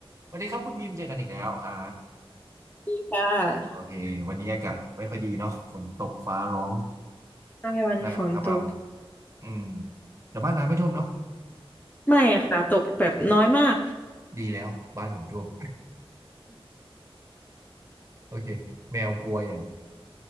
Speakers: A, on the right; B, on the left.
A: สวัสดีครับคุณบีมเจอกันอีกแล้วอ่า
B: ดีค่ะ
A: โอเค วันนี้อากาศไม่ค่อยดีเนาะฝนตกฟ้าร้อง
B: ใช่วันนี้ฝนตก
A: นาขมำอืมแต่บ้านน้ำไม่ท่วมเนาะ
B: ไม่ค่ะตกแบบน้อยมาก
A: ดีแล้ว บ้านผมท่วม <laughs> โอเค แมวกลัวใหญ่